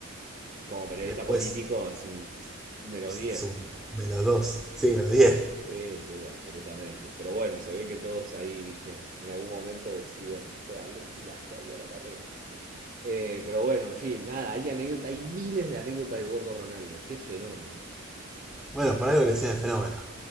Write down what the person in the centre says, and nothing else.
después
es
un menos dos sí, menos diez
Bueno, por algo le decían el fenómeno.